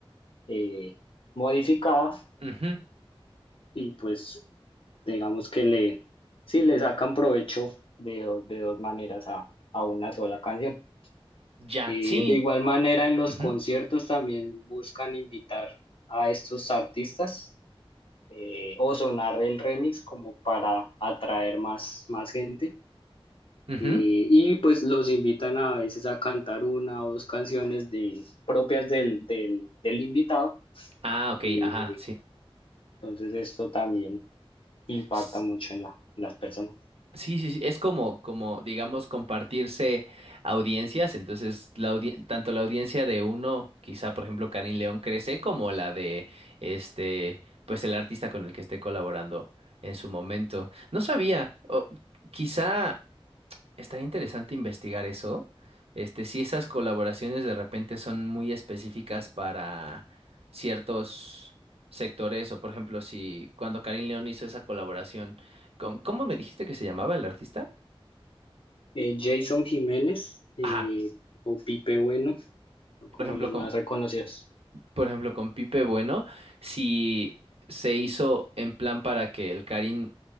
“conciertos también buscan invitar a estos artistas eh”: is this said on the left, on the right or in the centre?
Left